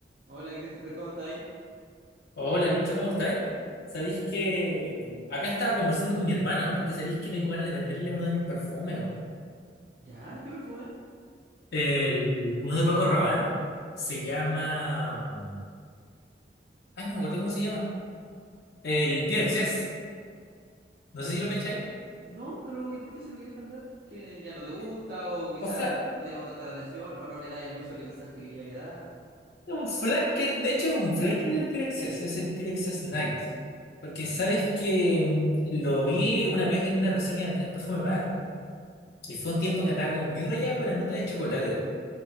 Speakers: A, on the right; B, on the left.
A: Hola Christopher, ¿cómo estáis?
B: Hola, bicho, ¿cómo estáis? Sabéis que mm, acá estaba conversando con mi hermano porque sabéis que tengo ganas de venderle uno de mis perfumes. ¿no?
A: ¿Ya? ¿Y ¿Qué perfume?
B: El, uno de Paco Rabanne se llama. mm, Ay, no me acuerdo cómo se llama. El Pure Excess.
A: ¿Ya?
B: No
A: ¿Y
B: sé
A: por
B: si
A: qué?
B: lo cacháis.
A: No, pero ¿y por qué se lo queréis vender? ¿Que ya no te gusta
B: Eh,
A: o quizás
B: O sea,
A: no te llama tanta la atención o no le das el uso que pensaste que le iba a dar?
B: es un flanker, de hecho, es un flanker del Pure Excess. Es el Pure Excess Night. Porque
A: ¿Ya?
B: sabes que mm, lo vi una vez en una reseña de Andrés Perfume Man y fue un tiempo que andaba como muy rayado con la nota de chocolate.